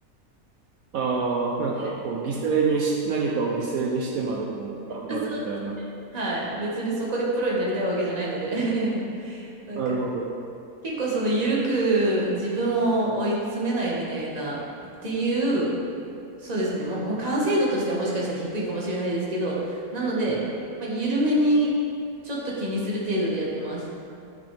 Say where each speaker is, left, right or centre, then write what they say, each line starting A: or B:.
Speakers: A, on the right (about 70°); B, on the right (about 25°).
A: ああ、なんかこう、
B: はい。
A: 犠牲にし、何かを犠牲にしてまでも頑張るみたいな。
B: そうですね。はい。別にそこでプロになりたいわけじゃないので <laughs> なんか、
A: なるほど。
B: 結構その緩く自分を追い詰めないみたいなっていう、そうですね。も、もう完成度としてはもしかしたら低いかもしれないですけど、なので、
A: はい
B: まあ、緩めにちょっと気にする程度でやってます。